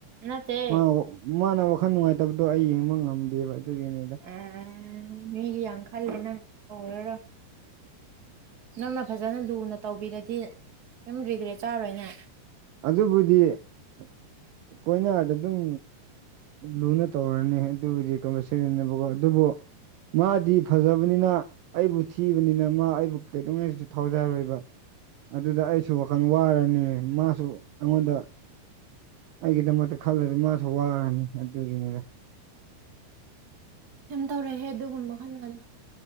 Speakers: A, on the right (about 30°); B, on the right (about 80°).
A: ꯅꯠꯇꯦ
B: ꯃꯥ ꯃꯥꯅ ꯋꯥꯈꯜ ꯅꯨꯡꯉꯥꯏꯇꯕꯗꯣ ꯑꯩ ꯌꯦꯡꯕ ꯉꯝꯗꯦꯕ ꯑꯗꯨꯒꯤꯅꯦꯗ
A: ꯑꯦ ꯃꯤꯒꯤ ꯌꯥꯝ ꯈꯔ ꯂꯩꯅꯔ ꯅꯪꯅ ꯐꯖꯅ ꯂꯨꯅ ꯇꯧꯕꯤꯔꯗꯤ ꯁꯝ ꯔꯤꯒ꯭ꯔꯦꯠ ꯆꯥꯔꯣꯏꯅꯦ
B: ꯑꯗꯨꯕꯨꯗꯤ ꯑꯩꯈꯣꯏꯅꯗ ꯑꯗꯨꯝ ꯂꯨꯅ ꯇꯧꯔꯅꯤ ꯑꯗꯨꯕꯨꯗꯤ ꯀꯝꯄꯜꯁꯔꯤꯅꯦꯕꯀꯣ ꯑꯗꯨꯕꯨ ꯃꯥꯗꯤ ꯐꯖꯕꯅꯤꯅ ꯑꯩꯕꯨ ꯊꯤꯕꯅꯤꯅ ꯃꯥ ꯑꯩꯕꯨ ꯀꯩꯗꯧꯉꯩꯁꯨ ꯊꯥꯎꯖꯔꯣꯏꯕ ꯑꯗꯨꯗ ꯑꯩꯁꯨ ꯋꯥꯈꯜ ꯋꯥꯔꯅꯤ ꯃꯥꯁꯨ ꯑꯩꯉꯣꯟꯗ ꯑꯩꯒꯤꯗꯃꯛꯇ ꯈꯜꯂꯗꯤ ꯃꯥꯁꯨ ꯋꯥꯔꯅꯤ ꯑꯗꯨꯒꯤꯅꯤꯗ
A: ꯀꯩꯝ ꯇꯧꯔꯛꯍꯦ ꯑꯗꯨꯒꯨꯝꯕ ꯈꯜꯒꯅ